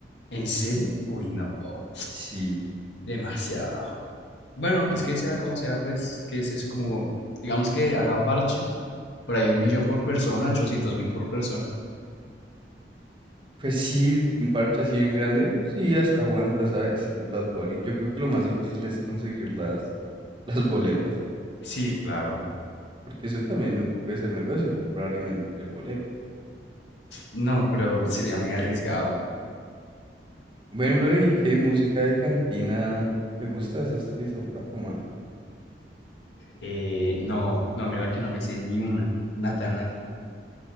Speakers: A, on the left; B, on the right.
A: ¿En serio? Uy, no,
B: Sí,
A: demasiado. Bueno,
B: Dios,
A: que es que sea
B: muchísimo.
A: como sea, pues que ese es como, digamos que haga parche Por ahí un millón por persona, ochocientos mil por persona.
B: Pues sí, un parche así bien grande. Sí, hasta aguanta, ¿sabes? Es que es Bad Bunny. Yo creo que lo más difícil es conseguir las, las boletas.
A: Sí, claro.
B: Porque eso también puede ser negocio, comprar y vender boletas.
A: No, pero sería muy arriesgado.
B: Bueno, bro, ¿y qué música de cantina te gusta? Esas que son para tomar.
A: Eh, no, no, mira que no me sé ni una. Nada, nada.